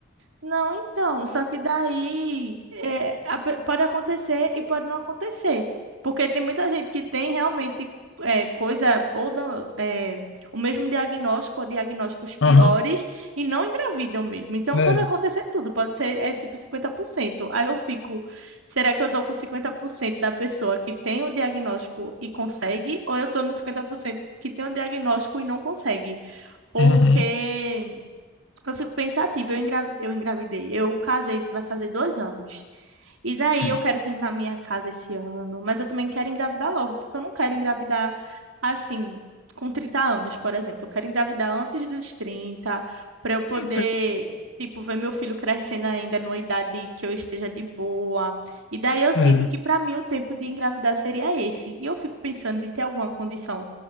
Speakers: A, on the right; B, on the left.
A: Não, então, só que daí é, a pe- pode acontecer e pode não acontecer. Porque tem muita gente que tem realmente é, coisa, ou da- é, o mesmo diagnóstico, ou diagnósticos piores,
B: Aham.
A: e não engravidam mesmo. Então
B: né
A: pode acontecer tudo, pode ser é, tipo 50%. Aí eu fico, será que eu tô com 50% da pessoa que tem o diagnóstico e consegue, ou eu tô no 50% que tem o diagnóstico e não consegue? Porque.
B: Uhum.
A: Eu fico pensativa, eu, engra... eu engravidei, eu casei, vai fazer dois anos. E daí
B: Sim.
A: eu quero terminar minha casa esse ano, mas eu também quero engravidar logo, porque eu não quero engravidar assim, com 30 anos, por exemplo. Eu quero engravidar antes dos 30 para eu poder,
B: Então,
A: tipo, ver meu filho crescendo ainda numa idade que eu esteja de boa. E daí eu sinto
B: é.
A: que para mim o tempo de engravidar seria esse. E eu fico pensando de ter alguma condição